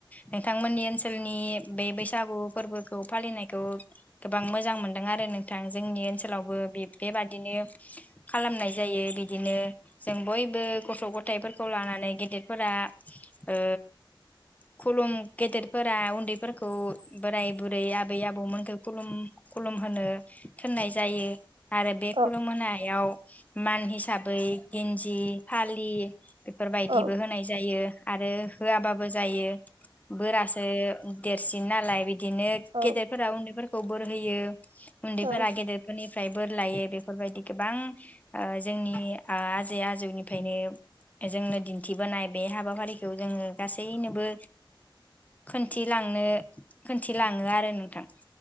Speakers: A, on the left; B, on the right.
A: नोंथांमोननि ओनसोलनि बे बैसागु फोरबोखौ फालिनायखौ गोबां मोजां मोनदों आरो नोंथां जोंनि ओनसो सोलावबो बे बेबादिनो खालामनाय जायो । बिदिनो जों बयबो गथ' गथायफोरखौ लानानै गेदेरफोरा ओ खुलुम गेदेरफोरा उन्दैफोरखौ बोराय बुरै आबै आबौमोनखौ खुलुम खुलुम होनो थोननाय जायो । आरो बे
B: औ
A: खुलुमहोयाव मान हिस साबै गिन्जि फालि बेफोरबायदिबो
B: औ
A: होनाय जायो । आरो होआबाबो जायो । बोरासो देरसिन नालाय बि दिनो
B: औ
A: गेदेरफोरा उन्दैफोर खौ बोर होयो । उन्दैफोरा
B: औ
A: गेदेरफोरनि फ्राय बोर लायो बेफोरबायदि गोबां ओ जोंनि आजै आजौनिफायनो जोंनो दिन्थिबोनाय बे हाबाफारिखौ जोंङो गासैनो बो खोनथिलांनो खोनथिलाङो आरो नोंथां।